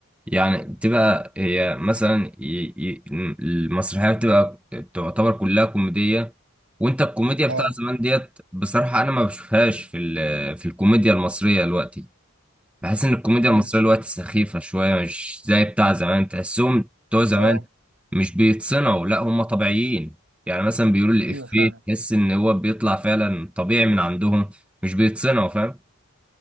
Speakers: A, in the centre; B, on the right.
A: يعني بتبقى هي مثلا ي... ي... المسرحية بتبقى بتعتبر كلها كوميدية وانت الكوميديا
B: اه
A: بتاع زمان ديت بصراحة انا ما بشوفهاش في ال... في الكوميديا المصرية دلوقتي بحس ان الكوميديا
B: امم
A: المصريه دلوقتي سخيفه شويه مش زي بتاع زمان تحسهم بتوع زمان
B: اه
A: مش بيتصنعوا لا هم طبيعيين يعني مثلا بيقولوا الافيه
B: ايوه فاهمك
A: تحس ان هو بيطلع فعلا طبيعي من عندهم مش بيتصنعوا فاهم